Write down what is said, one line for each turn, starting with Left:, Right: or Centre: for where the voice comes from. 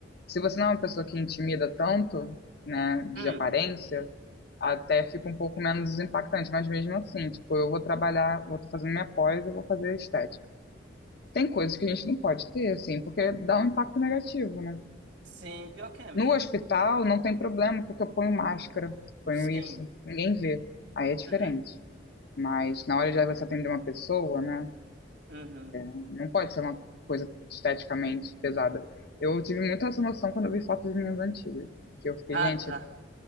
Left: se você não é uma pessoa que intimida tanto, né, de
Right: Hum.
Left: aparência, até fica um pouco menos impactante, mas mesmo assim, tipo, eu vou trabalhar, vou estar fazendo minha pós, eu vou fazer estética. Tem coisas que a gente não pode ter, assim, porque dá um impacto negativo, né?
Right: Sim, pior que é mesmo.
Left: No hospital não tem problema, porque eu ponho máscara, ponho
Right: Sim.
Left: isso, ninguém vê, aí é diferente.
Right: Uhum,
Left: Mas na hora de você atender uma pessoa, né?
Right: uhum.
Left: Não pode ser uma coisa esteticamente pesada. Eu tive muita essa noção quando eu vi fotos minhas antigas. Que eu fiquei,
Right: Ah,
Left: gente,
Right: tá.